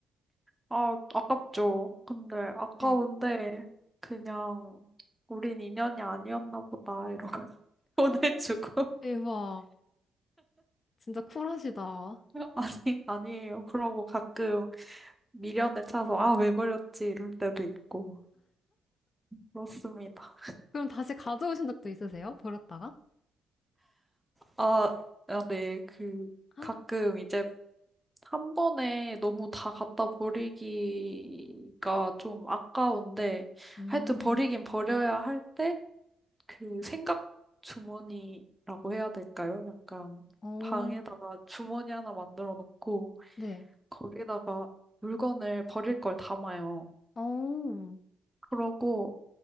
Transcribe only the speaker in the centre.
아, 아깝죠. 근데 아까운데
그냥 우린 인연이 아니었나 보다 이러고 <laughs> 보내주고
<laughs> 아니 아니에요. 그러고 가끔 미련에 차서 아, 왜 버렸지 이럴 때도 있고 그렇습니다.
아, 아, 네. 그
가끔 이제 한 번에 너무 다 갖다 버리기가 좀 아까운데,
하여튼 버리긴 버려야 할 때, 그 생각 주머니라고 해야 될까요? 약간
방에다가 주머니 하나 만들어 놓고,
거기다가 물건을 버릴 걸 담아요.
그러고,